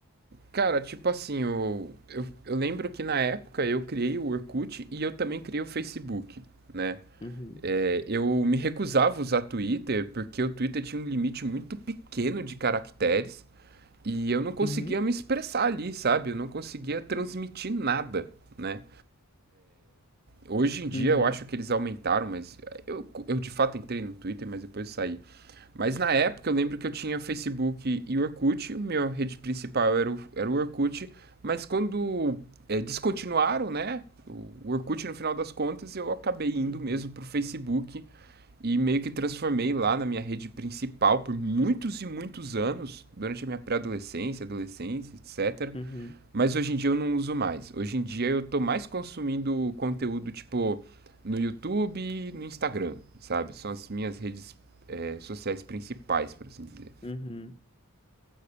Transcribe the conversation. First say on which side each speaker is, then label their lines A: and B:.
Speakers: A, on the right; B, on the left.
A: Cara, tipo assim, eu, eu, eu lembro que na época eu criei o Orkut e eu também criei o Facebook, né?
B: Uhum,
A: É, eu me recusava a usar Twitter porque o Twitter tinha um limite muito pequeno de caracteres e eu não conseguia
B: uhum,
A: me expressar ali, sabe? Eu não conseguia transmitir nada, né? Hoje em dia
B: uhum,
A: eu acho que eles aumentaram, mas eu, eu de fato entrei no Twitter, mas depois saí. Mas na época eu lembro que eu tinha Facebook e Orkut, o meu rede principal era o, era o Orkut, mas quando é, descontinuaram, né? O Orkut no final das contas, eu acabei indo
B: uhum,
A: mesmo pro Facebook e meio que transformei lá na minha rede principal por muitos e muitos anos, durante a minha pré-adolescência, adolescência, etc.
B: uhum,
A: Mas hoje em dia eu não uso mais. Hoje em dia eu tô mais consumindo conteúdo tipo no YouTube e no Instagram, sabe? São as minhas redes eh, sociais principais, por assim dizer.
B: uhum.